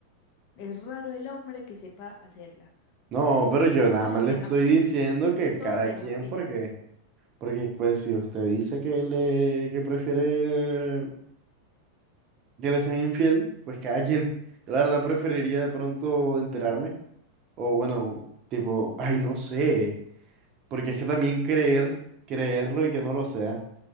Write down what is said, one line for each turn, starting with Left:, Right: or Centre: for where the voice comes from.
Left: Es raro el hombre que sepa hacerla.
Right: No, pero yo nada
Left: Todos
Right: más le
Left: se
Right: estoy
Left: dejan,
Right: diciendo que
Left: todos
Right: cada
Left: se
Right: quien,
Left: dejan pillar.
Right: porque, porque pues si usted dice que le, que prefiere que le sean infiel, pues callen. Yo la verdad preferiría de pronto enterarme. O bueno, tipo, ay, no sé. Porque es que también creer, creerlo y que no lo sea.